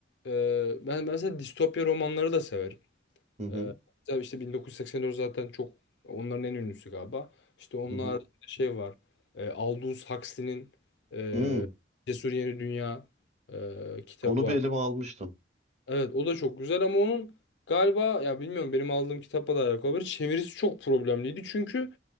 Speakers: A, on the left; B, on the right.
A: e, ben mesela distopya romanları da severim.
B: Hı hı
A: Ee, tabii işte 1984 zaten çok onların en ünlüsü galiba. İşte onlar
B: hı hı.
A: şey var. E, Aldous Huxley'nin e,
B: Hmm,
A: Cesur Yeni Dünya e, kitabı
B: onu
A: var.
B: bir elime almıştım.
A: Evet o da çok güzel ama onun galiba ya bilmiyorum benim aldığım kitapla da alakalı olabilir. Çevirisi çok problemliydi çünkü